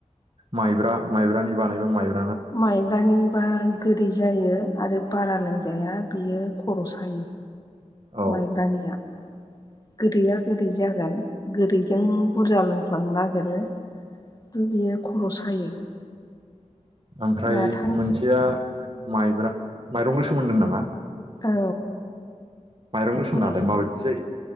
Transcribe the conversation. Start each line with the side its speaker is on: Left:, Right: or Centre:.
Right: माइब्रा माइब्रानि बानायबा माइब्रा
Left: माइब्रानिबा गोदै जायो आरो बारा लोंस जाया बियो खर' सायो
Right: औ
Left: माइब्रानिया गोदैया गोदै जागोन गोदैजों बुरजा लोंफ्लांनो नागिरो द बियो खर' सायो।
Right: ओमफ्राय
Left: माथानि
Right: मोनसेया माइब्रा माइरं गोसोमओन्दों नामा?
Left: औ
Right: माइरं गोसोम
Left: माइ
Right: नालाय माबाइदि जायो?